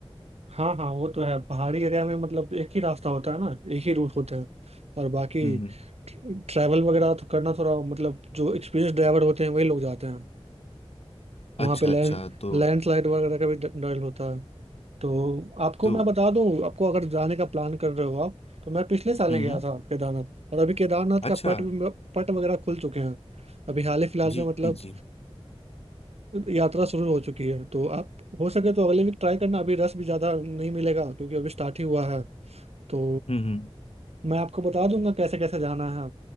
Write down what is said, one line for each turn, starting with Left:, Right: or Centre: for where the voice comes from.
Right: हाँ हाँ वो तो है पहाड़ी एरिया में मतलब एक ही रास्ता होता है ना एक ही रूट होता है और बाकी
Left: हम्म हम्म।
Right: ट्रैवल वगैरह तो करना थोड़ा मतलब जो एक्सपीरियंस ड्राइवर होते हैं वही लोग जाते हैं वहाँ
Left: अच्छा
Right: पे लैंड
Left: अच्छा तो
Right: लैंडस्लाइड वगैरह का भी डर डर होता है तो आपको
Left: तो
Right: मैं बता दूं आपको अगर जाने का प्लान कर रहे हो आप तो मैं पिछले साल
Left: हम्म
Right: ही गया था केदारनाथ और अभी केदारनाथ
Left: अच्छा
Right: का पट पट वगैरह खुल चुके हैं अभी हाल ही फिलहाल
Left: जी
Right: में मतलब
Left: जी जी
Right: यात्रा शुरू हो चुकी है तो आप हो सके तो अगले वीक ट्राई करना अभी रश भी ज़्यादा नहीं मिलेगा क्योंकि अभी स्टार्ट ही हुआ है तो
Left: हम्म हम्म
Right: मैं आपको बता दूंगा कैसे कैसे जाना है